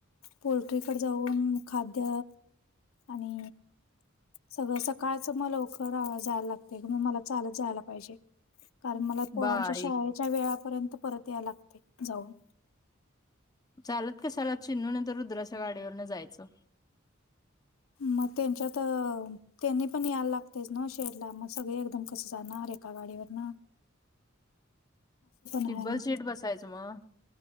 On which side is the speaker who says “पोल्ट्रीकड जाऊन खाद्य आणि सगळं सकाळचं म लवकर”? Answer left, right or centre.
Left